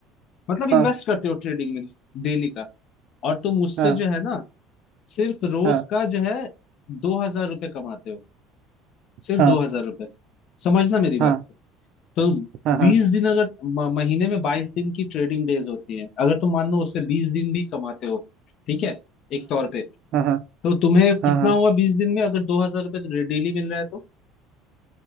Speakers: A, on the left; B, on the right.
A: मतलब इन्वेस्ट
B: हाँ
A: करते हो ट्रेडिंग में डेली का और तुम उससे
B: हाँ
A: जो है ना सिर्फ रोज
B: हाँ
A: का जो है दो हजार रुपये कमाते हो सिर्फ
B: हाँ
A: दो हजार रुपये समझना मेरी बात
B: हाँ
A: को तो
B: हाँ हाँ
A: बीस
B: हाँ
A: दिन अगर म- महीने में बाईस दिन की ट्रेडिंग डेज होती है अगर तुम मान लो उससे बीस दिन भी कमाते हो ठीक है एक तौर पे
B: हाँ हाँ
A: तो तुम्हें कितना
B: हाँ हाँ
A: हुआ बीस दिन में अगर दो हजार रुपये तो डेली मिल रहा है तो